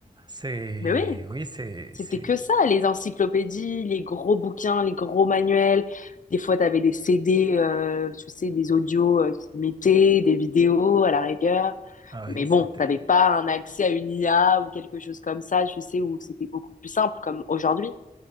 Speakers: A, on the right; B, on the left.
A: C'est,
B: Mais oui,
A: oui, c'est,
B: C'était
A: c'est,
B: que ça, les encyclopédies, les gros bouquins, les gros manuels. Des fois, tu avais des CD, euh, tu sais, des audios euh, qui mettaient, des vidéos à la rigueur.
A: ah
B: Mais
A: oui,
B: bon,
A: c'était.
B: t'avais pas un accès à une IA ou quelque chose comme ça, je sais, où c'était beaucoup plus simple, comme aujourd'hui.